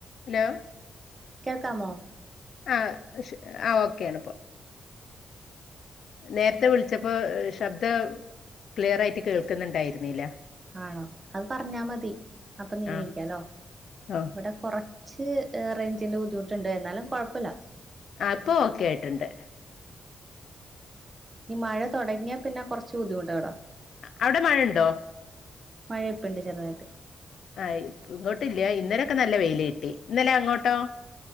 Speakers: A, on the left; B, on the right.
A: ഹലോ
B: കേൾക്കാമോ
A: ആഹ ആഹ ഓക്കെയ ആണിപ്പോ നേരത്തെ വിളിച്ചപ്പോ ശബ്ദം ക്ലിയർ ആയിട്ട് കേൾക്കുന്നുണ്ടായിരുന്നില്ല
B: ആണോ അത് പറഞ്ഞാ മതി അപ്പൊ നീങ്ങിരിക്കാലോ
A: ആ ആ
B: ഇവിടെ കൊറ കുച്ച് റേഞ്ന്റെ ബുദ്ധിമുട്ടുണ്ട് എന്നാലും കുഴപ്പമില്ല
A: ആഹ ഇപ്പൊ ഓക്കെ ആയിട്ടുണ്ട്
B: ഈ മഴ തുടങ്ങിയാ പിന്നെ കുറച്ച് ബുദ്ധിമുട്ടാ ഇവിടാ
A: അവിടെ മഴണ്ടോ
B: മഴൊപ്പണ്ട് ചെറുതായിട്ട്
A: ആഹ ഇങ്ങോട്ടില്ല ഇന്നലെൊക്കെ നല്ല വെയിൽ കിട്ടി ഇന്നലാ അങ്ങോട്ടോ